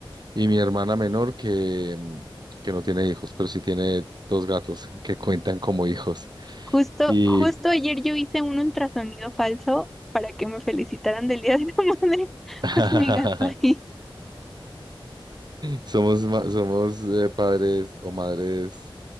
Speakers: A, on the right; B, in the centre.
A: Y mi hermana menor que, mm, que no tiene hijos, pero sí tiene dos gatos que cuentan como hijos.
B: Justo,
A: Y
B: justo ayer yo hice un ultrasonido falso para que me felicitaran del Día de la <laughs> Madre
A: <laughs>
B: con mi gato ahí.
A: somos, ma- somos eh, padres o madres